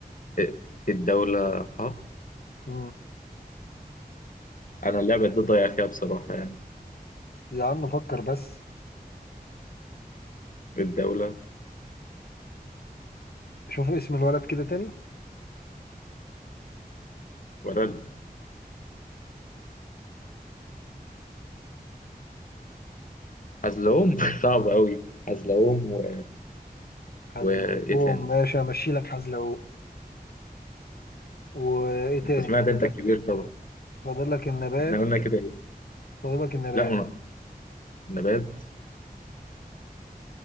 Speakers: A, on the left; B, on the left.
A: آه، الدولة حق
B: مم.
A: أنا اللعبة دي ضايع فيها بصراحة يعني
B: يا عم فكر بس
A: الدولة
B: شوف اسم الولد كده تاني
A: ولد حزلقوم <laughs> صعب أوي حزلقوم و...
B: حزلقوم
A: وإيه تاني
B: ماشي همشي لك حزلقوم وايه تاني
A: أنت سمعت
B: فاضل
A: أنت
B: لك
A: الكبير طبعا
B: فاضل لك النبات
A: إحنا قلنا كده إيه
B: فاضل لك النبات
A: لا من... نبات